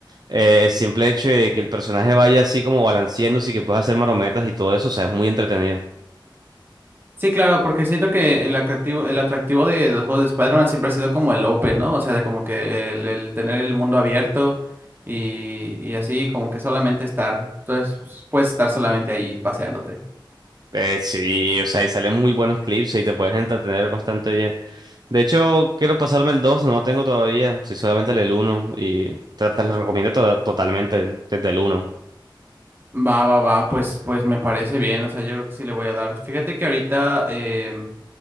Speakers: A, on the right; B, on the right.
A: Eh, el simple hecho de que el personaje vaya así como balanceándose y que puedas hacer marometas y todo eso, o sea, es muy entretenido.
B: Sí, claro, porque siento que el atractivo, el atractivo de los juegos de Spider-Man siempre ha sido como el open, ¿no? O sea, de como que el, el tener el mundo abierto y, y así, como que solamente estar. Entonces, pues, puedes estar solamente ahí paseándote.
A: Eh, sí, o sea, y salen muy buenos clips y te puedes entretener bastante bien. De hecho, quiero pasarme el 2, no lo tengo todavía, soy solamente el uno y te, te lo recomiendo to- totalmente desde el uno.
B: Va, va, va, pues, pues me parece bien, o sea, yo creo que sí le voy a dar. Fíjate que ahorita em,